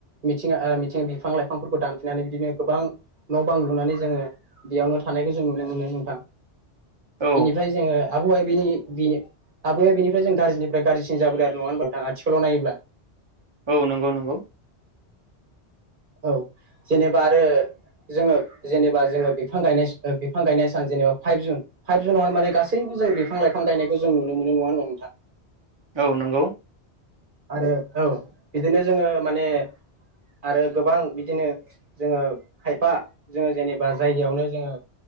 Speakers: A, on the right; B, on the right.
A: मिथिंगा ओ मिथिं बिफां लाइफांफोरखौ दानफिननानै बिदिनो गोबां न' बां लुनानै जोङो बेयावनो थानायखौ जों नुनो मोनो नोंथां।
B: औ
A: बेनिफ्राय जोङो आबहावाया बिनि बिनि आबाया बेनिफ्राय जों गाज्रिनिफ्राय गाज्रिसिन जाबोदो आरो नङा होनबा नोंथां आथिखालाव नायोब्ला।
B: औ नंगौ नंगौ।
A: औ जेनेबा आरो जोङो जेनेबा जोङो बिफां गायनाय स बिफां गायनाय सान जेनेबा फाइभ जुन। फाइभ जुनावहाय माने गासै जों बिफां लाइफां गायनायखौ जों नुनो मोनो नङा होनबा नोंथां।
B: औ नोंगौ।
A: आरो औ बिदिनो जोङो माने आरो गोबां बिदिनो जोङो खायफा जोङो जेनेबा जायगायावनो जोङो